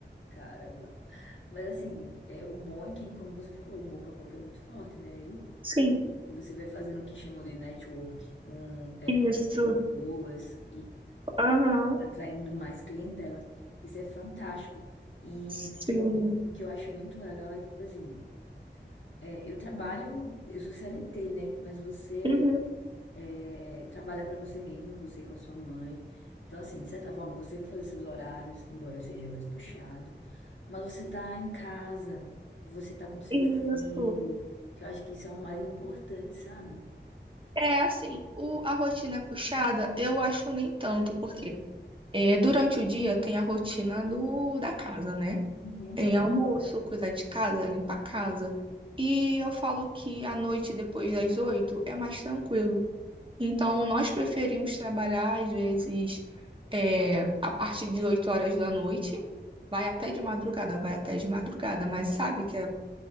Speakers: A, on the left; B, on the right.
A: caramba. Mas assim, é, o bom é que, como você falou, o boca a boca é muito forte, né? Aí,
B: Sim,
A: e você vai fazendo o que chamam de network, um, é,
B: isso.
A: conhecendo pessoas
B: Aham.
A: atraindo mais clientela. Isso é fantástico. E
B: Sim.
A: principalmente, o que eu acho muito legal é que, tipo assim, é, eu trabalho, eu sou CLT, né? Mas você
B: Uhum.
A: é, trabalha para você mesmo, você com a sua mãe. Então, assim, de certa forma, você vai fazer seus horários, embora seja mais puxado. Mas você tá em casa, você tá com seu
B: Isso.
A: filho, que eu acho que isso é o mais importante, sabe?
B: É assim, o, a rotina puxada eu acho nem tanto, porque é, durante o dia tem a rotina do, da casa, né?
A: Uhum.
B: é, almoço, cuidar de casa, limpar a casa. E eu falo que à noite, depois das oito, é mais tranquilo. Então, nós preferimos trabalhar, às vezes, é, a partir de oito horas da noite, vai até de madrugada, vai até de madrugada, mas sabe que é